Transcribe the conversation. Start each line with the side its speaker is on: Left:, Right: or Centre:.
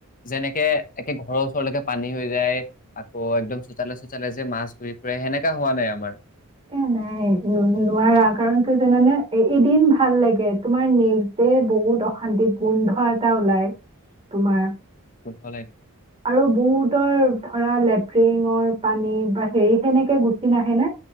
Left: যেনেকে একে ঘৰৰ ওচৰলৈকে পানী হৈ যায়, আকৌ একদম চোতালে-চোতালে যে মাছ ঘুৰি ফুৰে, সেনেকা হোৱা নাই আমাৰ।
Right: এ নাই নোৱাৰা কাৰণ কিয় জানেনে? এ এদিন ভাল লাগে। তোমাৰ নেক্সট ডে' বহুত অশান্তিত গোন্ধ এটা ওলাই তোমাৰ
Left: গম পোৱা নাই।
Right: আৰু বহুতৰ ধৰা লেট্ৰিঙৰ পানী বা হেৰি সেনেকে গুচি নাহে নে।